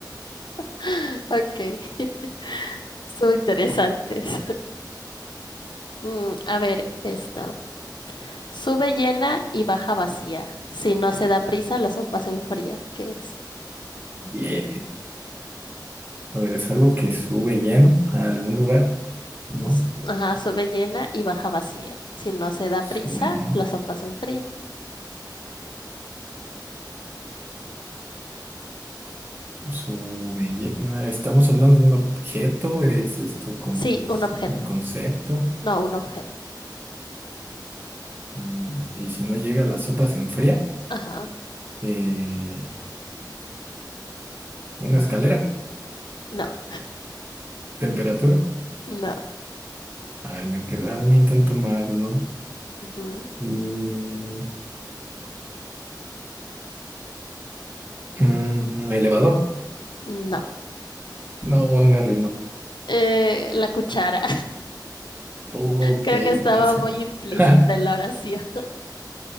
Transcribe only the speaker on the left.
<laughs> Ok. <laughs> Estuvo interesantes. <laughs> Mm, a ver, esta. Sube llena y baja vacía. Si no se da prisa, la sopa se enfría. ¿Qué es?
S- Ajá, sube llena y baja vacía. Si no se da
prisa,
la sopa se enfría.
Sí, un objeto.
No, un objeto.
Ajá.
No,
no.
ujú,
No.
Eh, la cuchara.
Creo que estaba
muy implícita
en la oración.